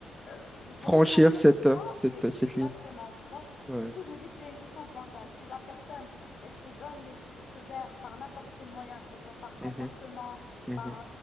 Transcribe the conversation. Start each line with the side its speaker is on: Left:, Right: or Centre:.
Left: euh, je pourrais
Centre: Franchir
Left: franchir
Centre: cette, cette,
Left: et-
Centre: cette
Left: Exactement,
Centre: ligne.
Left: tu vois.
Centre: Ouais.
Left: Du coup, je me dis, c'est une question de bon sens. Si la personne, elle te donne les- le feu vert par n'importe quel moyen, que ce soit par comportement,
Centre: Mhm, mhm.
Left: par,